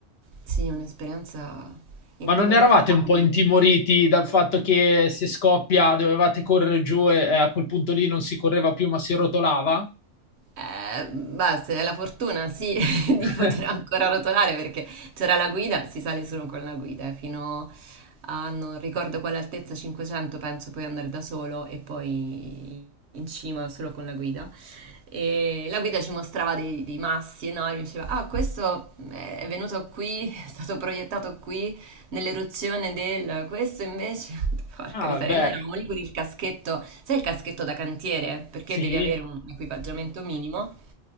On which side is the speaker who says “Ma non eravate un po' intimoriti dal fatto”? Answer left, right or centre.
Left